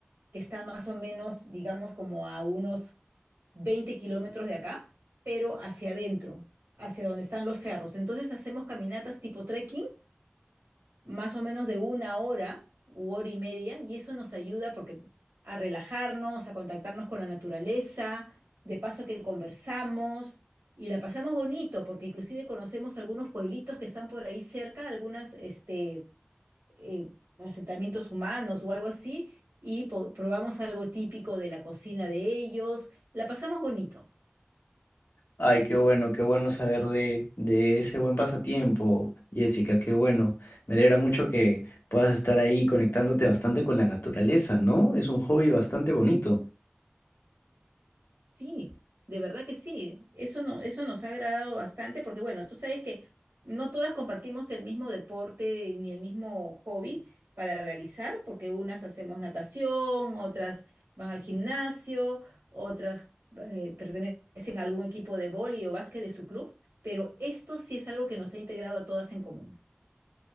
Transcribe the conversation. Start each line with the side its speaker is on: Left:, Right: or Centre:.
Right: que está más o menos, digamos, como a unos Veinte kilómetros de acá, pero hacia adentro, hacia donde están los cerros. Entonces hacemos caminatas tipo trekking, más o menos de una hora u hora y media, y eso nos ayuda porque a relajarnos, a contactarnos con la naturaleza, de paso que conversamos y la pasamos bonito, porque inclusive conocemos algunos pueblitos que están por ahí cerca, algunas, este, eh, asentamientos humanos o algo así, y po- probamos algo típico de la cocina de ellos. La pasamos bonito.
Left: Ay, qué bueno, qué bueno saber de, de ese buen pasatiempo, Jessica, qué bueno. Me alegra mucho que puedas estar ahí conectándote bastante con la naturaleza, ¿no? Es un hobby bastante bonito.
Right: Sí, de verdad que sí. Eso no, eso nos ha agradado bastante porque, bueno, tú sabes que no todas compartimos el mismo deporte ni el mismo hobby para realizar, porque unas hacemos natación, otras van al gimnasio, otras eh, pertenecen a algún equipo de vóley o básquet de su club, pero esto sí es algo que nos ha integrado a todas en común.